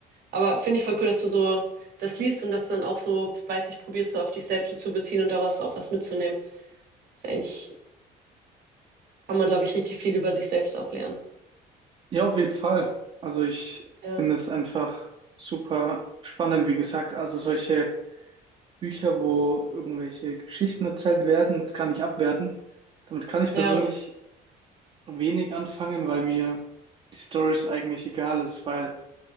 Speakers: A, on the right (about 60°); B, on the right (about 35°).
A: Aber finde ich voll cool, dass du so das liest und das dann auch so, weiß ich, probierst du auf dich selbst so zu beziehen und daraus auch was mitzunehmen. Ist eigentlich, kann man, glaube ich, richtig viel über sich selbst auch lernen.
B: Ja, auf jeden Fall. Also ich finde
A: Ja,
B: es einfach super spannend, wie gesagt. Also solche Bücher, wo irgendwelche Geschichten erzählt werden, jetzt gar nicht abwerten. Damit kann ich persönlich
A: ja,
B: wenig anfangen, weil mir die Stories eigentlich egal ist, weil